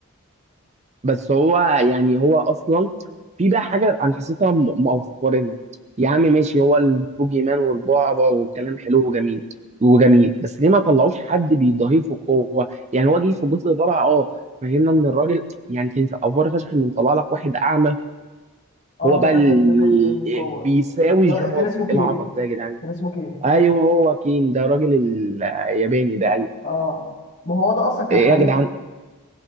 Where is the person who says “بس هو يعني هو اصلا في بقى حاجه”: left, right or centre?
Right